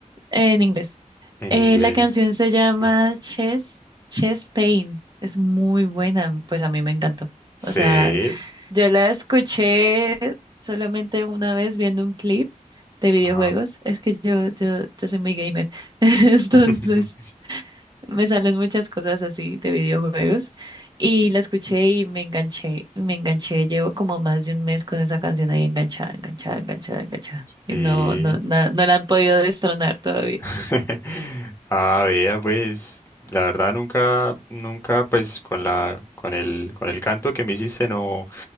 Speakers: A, on the right; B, on the left.
A: En inglés.
B: En
A: Eh,
B: inglés.
A: la canción se llama
B: ¿no?
A: Chess, Chess Pain. Es muy buena, pues a mí me encantó.
B: Sí.
A: O sea, yo la escuché solamente una vez viendo un clip de videojuegos.
B: Ajá.
A: Es que yo, yo, yo soy muy gamer. <laughs> Entonces.
B: <laughs>
A: Me salen muchas cosas así de videojuegos y la escuché y me enganché, me enganché, llevo como más de un mes con esa canción ahí enganchada, enganchada, enganchada, enganchada. Y
B: Sí.
A: no, no, na- no la han podido destronar todavía.
B: <laughs> Ah, vea, pues, la verdad nunca, nunca, pues, con la, con el, con el canto que me hiciste no,